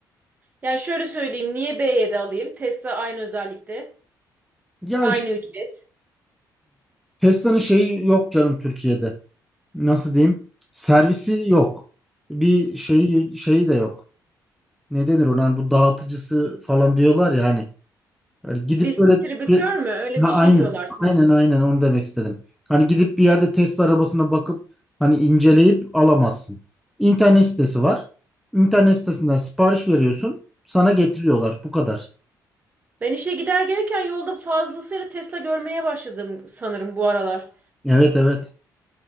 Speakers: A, on the right (about 25°); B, in the centre.
A: Yani şöyle söyleyeyim. Niye BYD alayım? Tesla aynı özellikte.
B: Ya
A: Aynı
B: işte
A: ücret.
B: Tesla'nın şeyi yok canım Türkiye'de. Nasıl diyeyim? Servisi yok. Bir şeyi şeyi de yok. Ne denir ona? Hani bu dağıtıcısı falan diyorlar ya hani. Yani gidip
A: Distribütör
B: böyle te-
A: mü? Öyle
B: ha,
A: bir şey
B: aynen
A: diyorlar sanırım.
B: aynen aynen onu demek istedim. Hani gidip bir yerde test arabasına bakıp hani inceleyip alamazsın. İnternet sitesi var. İnternet sitesinden sipariş veriyorsun. Sana getiriyorlar. Bu kadar.
A: Ben işe gider gelirken yolda fazlasıyla Tesla görmeye başladım sanırım bu aralar.
B: Evet evet.